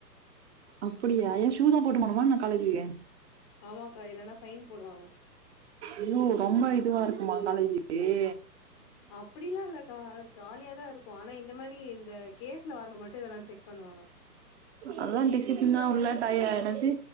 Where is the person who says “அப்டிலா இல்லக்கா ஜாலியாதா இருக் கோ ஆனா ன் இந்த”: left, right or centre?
Left